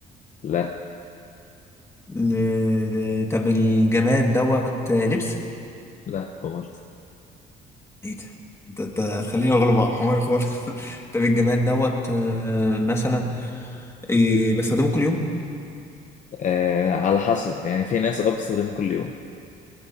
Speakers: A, on the left; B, on the left.
A: لا
B: ل... طب الجماد دوت آه، لبس
A: لا برضه
B: ايه ده انت أنت هتخليني اغلب على حماري خالص <laughs> طب الجماد دوت آه، مثلا إيه بستخدمه كل يوم
A: آه على حسب يعني في ناس ابصر كل يوم